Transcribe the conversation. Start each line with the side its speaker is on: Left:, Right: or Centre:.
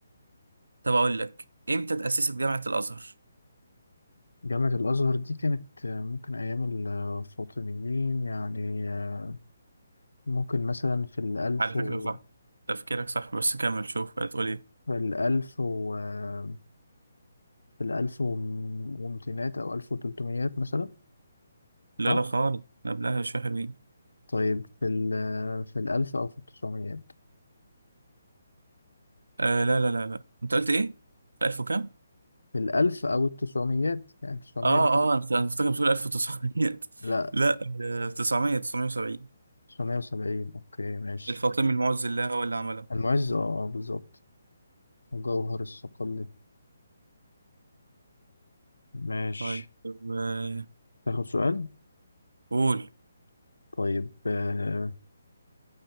Right: طب اقول لك امتى اتأسست جامعة الازهر
Left: جامعة الأزهر دي كانت آه، ممكن أيام الفاطميين يعني آه، ممكن مثلا في الألف
Right: على فكرة
Left: و
Right: صح تفكيرك صح بس كمل شوف هتقول ايه
Left: في الألف و آه، في الألف وم- ومتينات أو ألف وتلتميات مثلا
Right: لا
Left: صح؟
Right: لا خالص قبلها شوية حلوين
Left: طيب في ال آه، في الألف أو في التسعميات
Right: آه لا لا لا لا انت قلت ايه في 1000 وكام
Left: في الألف أو التسعميات يعني تسعمية
Right: اه
Left: وحاجة
Right: اه انا كنت- أنا كنت فاكر بتقول 1900
Left: لا
Right: <laughs> لا آه، 900 970
Left: تسعمية وسبعين أوكي ماشي
Right: الفاطمي المعز الله هو اللي عملها
Left: المعز اه اه، بالظبط وجوهر الصقلي ماشي
Right: طيب آه،
Left: تاخد سؤال
Right: قول
Left: طيب آه